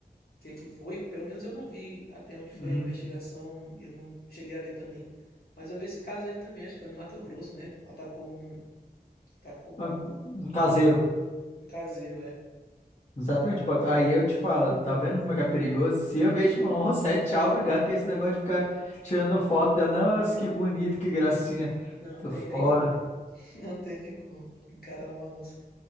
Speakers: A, on the left; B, on the left.
A: que que foi, pelo menos eu não vi até onde foi
B: Uhum.
A: a investigação, eu não cheguei a ver também. Mas eu vi esse caso aí também, acho que foi no Mato Grosso, né? Atacou um, atacou
B: Ah,
A: um,
B: Um caseiro.
A: um caseiro, é.
B: Exatamente. pô, Aí eu te falo, tá vendo como é que é perigoso? Se eu vejo uma onça, é tchau, obrigado. ter esse negócio de ficar tirando foto dela. Nossa, que bonito, que gracinha.
A: Não
B: Tô
A: tem
B: fora.
A: nem como, <laughs> não tem nem como encarar uma onça.